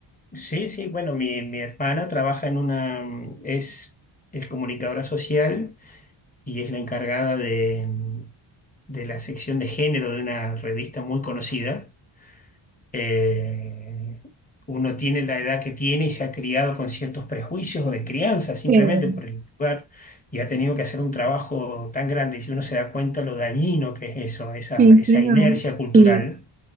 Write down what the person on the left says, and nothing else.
sí, sí, bueno, mi, mi hermana trabaja en una, mm, es, es comunicadora social y es la encargada de, mm, de la sección de género de una revista muy conocida eh, uno tiene la edad que tiene y se ha criado con ciertos prejuicios o de crianza simplemente
por el lugar y ha tenido que hacer un trabajo tan grande y si uno se da cuenta lo dañino que es eso, esa,
esa
inercia cultural.